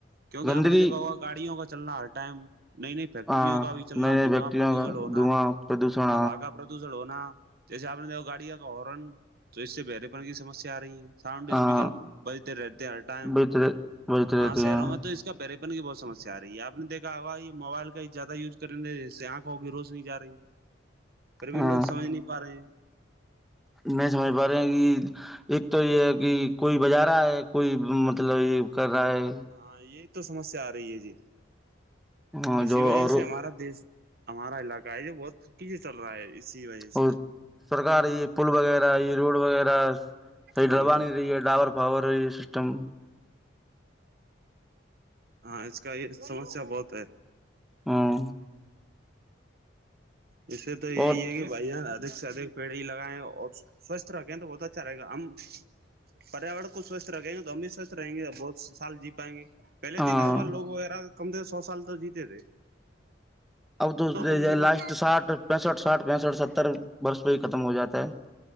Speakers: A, on the right; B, in the centre.
A: کیونکہ
B: گندگی
A: آپ نے دیکھا ہوگا گاڑیوں کا چلنا ہر ٹائم نہیں نہیں پ
B: ہاں
A: کا بھی چلنا
B: نئے نئے
A: دھواں
B: ویکتیوں
A: پردوشن
B: کا
A: ہونا
B: دھواں پردوشن
A: ہا کا پرد دش ہونا جیسے آپ نے دیک گاڑیاں کا ہارن تو اس سے بہرے پن کی سمسیا آ رہی ہے ساؤنڈ اسپیکر
B: ہاں
A: بجتے رہتے ہر ٹائم
B: بجتے بجتے
A: ہاں
B: رہتے
A: شہروں
B: ہیں
A: میں تو اس پریپن کی بہت سسیا آ رہی ہےپ نےیکھا ہوا یہ موبائل کا زیادہ یوز کرنےے جس سے آنکھ ہوگی روز نہیں جا رہی ہے پھر بھی
B: ہاں
A: لوگ سج نہیں پا رہے ہیں
B: نہیں سمجھ پا رہے کہ ایک تو یہ ہے کہ کوئی بازار آ ہے کوئی مطلب یہ کر رہا ہے
A: ہاں یہی تو سمسیا آ رہی ہے جی
B: ہاں
A: اسی
B: جو
A: وجہ
B: اور
A: سے ہمارا دیش ہمارا علاقہ ہے یہ بہت پیچھے چل رہا ہے اسی وجہ سے
B: اور سرکار یہ پل وغیرہ یہ روڈ وغیرہ یہ
A: ہاں
B: ڈرباانی
A: جی
B: رہی ہے ڈاور پاور سسٹم
A: ہاں اس کا یہ سمسیا بہت ہے
B: ہاں
A: ایسے تو یہی
B: اور
A: ہے کہ بھائی جان ادھک سے ادھک پیڑ ہی لگائیں اور سوستھ رکھیں تو بہت اچھا رہے گا ہم پیاورر کو سوستھ رکھیں گے تو ہم بھی سوستھ رہیں گے اور بہت سال جی پائیں گے پہلے
B: ہاں
A: دیک کیا ہوگا لوگ وغیرہ کم سے سو سال تو جیتے تھے
B: اب تو
A: کم سے کم
B: لاسٹ ساٹھ پینسٹھ ساٹھ پینسٹھ ستر برس پہ ہی ختم ہو جاتا ہے